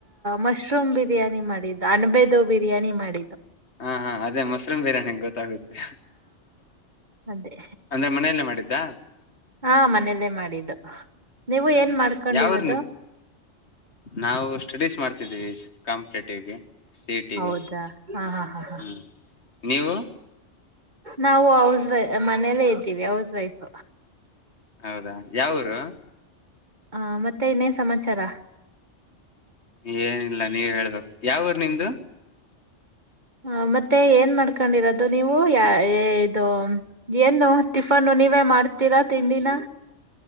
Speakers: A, on the right; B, on the left.
A: ಮಶ್ರೂಮ್ ಬಿರಿಯಾನಿ ಮಾಡಿದ್ದು ಅಣಬೆದು ಬಿರಿಯಾನಿ ಮಾಡಿದ್ದು
B: ಹಾ ಹಾ ಅದೇ ಮಶ್ರೂಮ್ ಬಿರಿಯಾನಿ ಗೊತ್ತಾಗುತ್ತೆ
A: ಅದೇ
B: ಅಂದ್ರೆ ಮನೆಯಲ್ಲೇ ಮಾಡಿದ್ದ
A: ಹಾ ಮನೇಲ್ಲೇ ಮಾಡಿದ್ದು ನೀವು
B: ಹ್ಮ್
A: ಏನ್
B: ಹ್ಮ್
A: ಮಾಡ್ಕೊಂಡಿರೋದು
B: ಯಾವೂರ್ ನೀ ನಾವು ಸ್ಟಡೀಸ್ ಮಾಡ್ತಿದ್ದೀವಿ ಕಾಂಪಿಟೇಟಿವ್ಗೆ ಸಿ ಟಿಗೆ
A: ಹೌದಾ ಹಾ ಹಾ ಹಾ ಹಾ್ಮ
B: ಹ್ಮ್ ನೀವು
A: ನಾವು ಹೌಸ್ ವೈ ಮನೇಲ್ಲೇ ಇದ್ದೀವಿ ಹೌಸ್ ವೈಫ್
B: ಹೌದಾ ಯಾವರು
A: ಹ ಮತ್ತೆ ಇನ್ನೇ ಸಮಾಚಾರ
B: ಏನಿಲ್ಲ ನೀವ ಹೇಳ್ಬೇಕು ಯಾವಊರ್ ನಿಮ್ದು
A: ಹ ಮತ್ತೆ ಏನ್ ಮಾಡ್ಕೊಂಡಿರೋದು ನೀವು ಯ ಇದು ಏನು ಟಿಫನ್ ನೀವೇ ಮಾಡ್ತೀರಾ ತಿಂಡಿನ